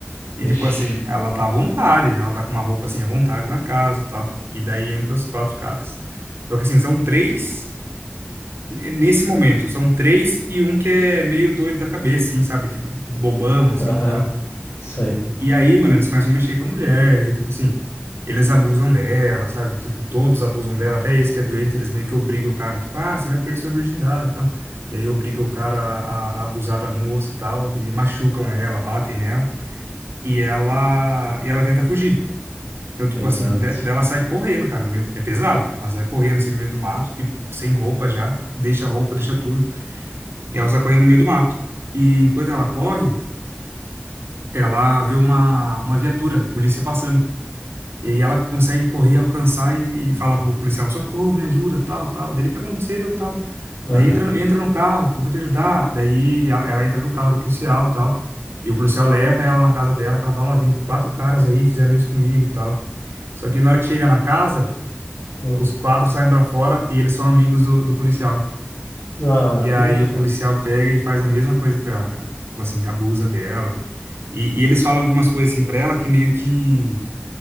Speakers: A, on the left; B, on the right.
A: Vixe.
B: E tipo assim, ela tá à vontade, né? ela tá com uma roupa assim à vontade na casa e tal. E daí entra os quatro caras. Só que assim, são três. n- Nesse momento, são três e um que é meio doido da cabeça, assim, sabe? Tipo, bobão, assim
A: Aham.
B: e tal.
A: sei
B: E aí, mano, eles começam a mexer com a mulher, daí, tipo assim, eles abusam dela, sabe? Tipo, todos abusam dela, até esse que é doente, eles meio que obrigam o cara, tipo, ah, você vai perder sua virgindade e tal. E aí obriga o cara a, a- a abusar da moça e tal, e machucam ela, batem nela, e ela, e ela tenta fugir. Então, tipo
A: Pesado.
B: assim, de- dela sai correndo, cara, no meio do- é pesado. Ela sai correndo assim no meio do mato, tipo, sem roupa já, deixa a roupa, deixa tudo, e ela sai correndo no meio do mato. E enquanto ela corre, ela vê uma, uma viatura, polícia passando. E aí ela consegue correr, alcançar e, e fala pro policial, socorro, me ajuda, tal, tal. Dele, o que aconteceu, tal.
A: Aham.
B: Daí entra, entra no carro, eu vou te ajudar. Daí a- ela entra no carro do policial, tal. E o policial leva ela na casa dela, que ela fala, ó, tem quatro caras aí, fizeram isso comigo e tal. Só que na hora que chega na casa,
A: Hum.
B: os quatro saem pra fora e eles são amigos do, do policial.
A: Ah,
B: E
A: aí
B: aí
A: é foda.
B: o policial pega e faz a mesma coisa com ela, cara. Tipo assim, abusa dela. E, e eles falam algumas coisas assim pra ela que meio que